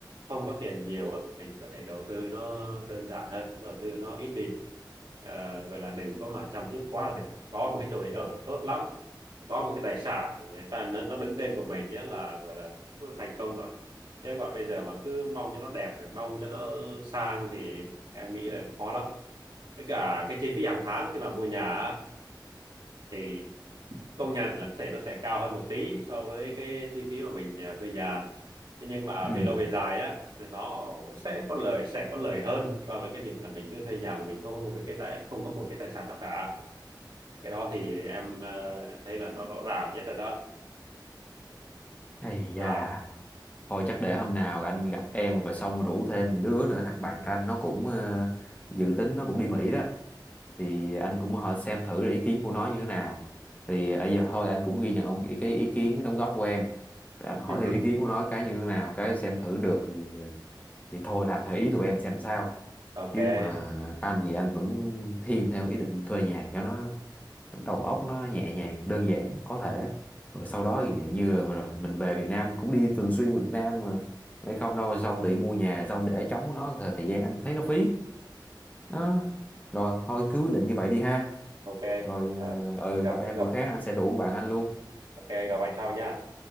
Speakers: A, on the right; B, on the left.
A: không có tiền nhiều á mình có thể đầu tư nó đơn giản hơn đầu tư nó ít đi Ờ, gọi là đừng có mà chăm chút quá là được có một cái chỗ để ở tốt lắm có một cái tài sản người ta nó, nó đứng tên của mình nhé là gọi là cũng thành công rồi thế còn bây giờ mà cứ mong cho nó đẹp rồi mong cho nó sang thì em nghĩ là khó lắm với cả cái chi phí hàng tháng khi mà mua nhà á, thì công nhận là có thể nó sẽ cao hơn một tí so với cái chi phí mà mình à, thuê nhà thế nhưng mà
B: ừ
A: về lâu về dài á thì nó sẽ có lợi sẽ có lợi hơn so với cái việc là mình cứ thuê nhà mà mình không có một cái, cái tài không có một cái tài sản nào cả cái đó thì em, ờ, em thấy là nó rõ ràng nhất rồi đó
B: ây
A: rồi
B: da thôi chắc để hôm nào anh gặp em rồi xong rủ thêm đứa nữa thằng bạn anh nó cũng ờ, dự tính nó cũng đi Mỹ đó thì anh cũng hỏi xem thử là ý kiến của nó như thế nào thì bây giờ thôi anh cũng ghi nhận ông- cái ý kiến đóng góp của em rồi anh hỏi
A: <laughs>
B: thêm ý kiến của nó cái như thế nào cái xem thử được thì ờ, thì thôi làm theo ý tụi em xem sao
A: ok
B: chứ mà anh thì anh vẫn thiên theo ý định thuê nhà cho nó đầu óc nó nhẹ nhàng đơn giản có thể rồi sau đó thì dạng như là rồi mình về Việt Nam cũng đi thường xuyên về Việt Nam mà để không đâu xong tự mua nhà xong để trống nó rồi thời gian anh thấy nó phí đó rồi thôi cứ quyết định như vậy đi ha
A: ok
B: rồi
A: rồi
B: ờ, ừ
A: gặp
B: gặp em
A: gặp
B: bữa khác anh sẽ rủ bạn anh luôn
A: ok gặp anh sau nha